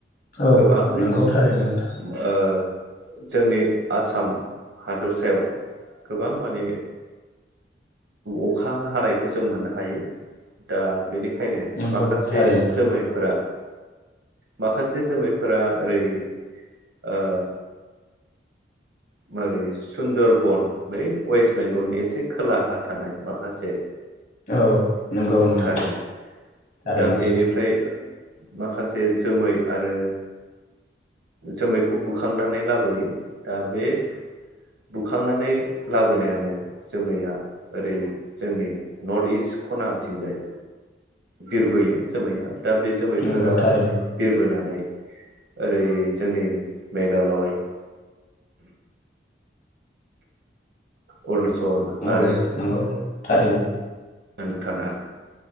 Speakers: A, on the left (about 50°); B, on the right (about 70°).
A: औ
B: गोबाङै
A: नोंगौ थारैनो नोंथां
B: ओ जोंनि आसाम हादरसायाव गोबां माने अखा हानायखो जों मोननो हायो दा बेनि खायनो
A: नंगौ
B: माखासे
A: थारैनो
B: जोमैफोरा माखासे जोमैफोरा ओरै ओ मोरै सुन्दरबन बै वेस्ट बेंगलनि एसे खोलाहा थानाय माखासे
A: ओ नंगौ नोंथां
B: कारेन्ट
A: थारैनो
B: दा बेनिफ्राय माखासे जोमै आरो जोमैखौ बुखांनानै लाबोयो दा बे
A: <inaudible> <unintelligible>
B: बुखांनानै लाबोनायानो जोमैया ओरै जोंनि नर्थ इस्ट खनाथिंजाय बिरबोयो जोमैया दा बे जोमैफोरा
A: नंगौ थारैनो
B: बिरबोनानै ओरै जोंनि मेघालय अरुणाचल
A: औ
B: आरो
A: नंगौ थारैनो
B: <unintelligible>